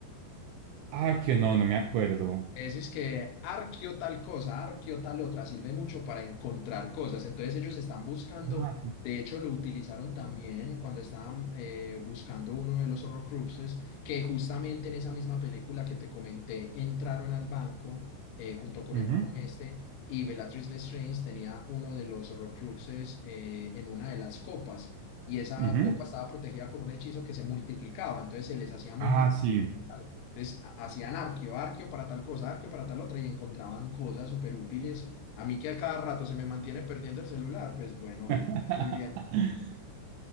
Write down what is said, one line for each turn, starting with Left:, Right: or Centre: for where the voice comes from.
Right: Ah, que no, no me acuerdo.
Left: decís que arqueo tal cosa, arqueo tal otra, sirve mucho para encontrar cosas. Entonces ellos están buscando,
Right: Ah, que-
Left: de hecho lo utilizaron también cuando estaban eh, buscando uno de los Horrocruxes, que justamente en esa misma película que te comenté, entraron al banco eh, junto con
Right: ujú,
Left: el gnomo este y Bellatrix Lestrange tenía uno de los Horrocruxes eh, en una de las copas. Y esa
Right: ujú.
Left: copa estaba protegida con un hechizo que se multiplicaba, entonces se les hacía muy
Right: Ah, sí.
Left: Claro. Entonces ha- hacían arqueo, arqueo para tal cosa, arqueo para tal otra y encontraban cosas súper útiles. A mí que a cada rato se me mantiene perdiendo el celular, pues bueno,
Right: <laughs>
Left: vendría muy bien.